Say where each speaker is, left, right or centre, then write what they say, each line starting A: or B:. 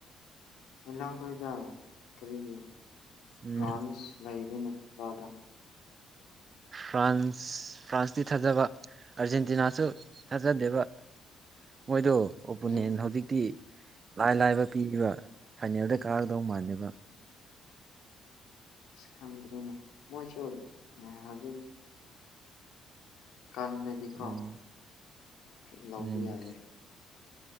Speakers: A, on the left; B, on the right.
A: ꯎꯜꯍꯧꯔꯣꯏꯗ ꯀꯔꯤꯒꯤ
B: ꯎꯝ
A: ꯕ꯭ꯔꯥꯟꯁ ꯂꯩꯔꯤꯅꯣ ꯀꯇꯥ
B: ꯐ꯭ꯔꯥꯟꯁ ꯐ꯭ꯔꯥꯟꯁꯇꯤ ꯊꯥꯖꯕ ꯑꯥꯔꯖꯦꯟꯇꯤꯅꯥꯁꯨ ꯊꯥꯖꯗꯦꯕ ꯃꯣꯏꯗꯣ ꯑꯣꯄꯣꯅꯦꯟ
A: ꯑꯥꯔꯖꯦꯟꯇꯤꯅꯥ
B: ꯍꯧꯖꯤꯛꯇꯤ ꯂꯥꯏ ꯂꯥꯏꯕ ꯄꯤꯔꯤꯕ ꯐꯥꯏꯅꯦꯜꯗ ꯀꯥꯗꯧ ꯃꯥꯥꯟꯂꯕ
A: ꯈꯪꯗ꯭ꯔꯤꯅꯦ ꯃꯣꯏꯁꯨ ꯍꯧꯖꯤꯔꯤꯛ ꯀꯟꯗꯗꯤꯀꯣ
B: ꯎꯝ
A: ꯑꯃ ꯂꯧꯕ
B: ꯎꯝ
A: ꯌꯥꯏꯌꯦ